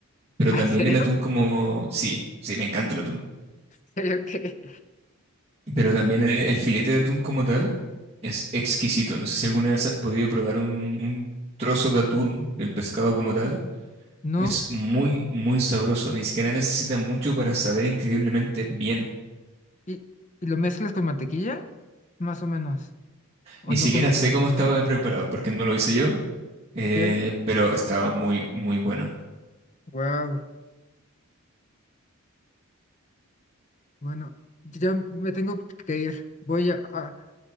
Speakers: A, on the right; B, on the left.
A: Pero
B: ¿Ah,
A: también
B: ¿En serio?
A: el atún como... Sí, sí, me encanta el atún.
B: <laughs> ¿En serio qué?
A: Pero también el, el filete de atún como tal es exquisito. No sé si alguna vez has podido probar un, un trozo de atún, el pescado como tal.
B: No,
A: Es muy, muy sabroso. Ni siquiera necesita mucho para saber increíblemente bien.
B: y, y lo mezclas con mantequilla, más o menos, o
A: Ni
B: no
A: siquiera
B: con mantequilla.
A: sé cómo estaba
B: ¿sí?
A: preparado porque no lo hice yo, eh,
B: Ok,
A: pero estaba muy, muy bueno.
B: wow. Bueno, ya me tengo que ir. Voy a, a,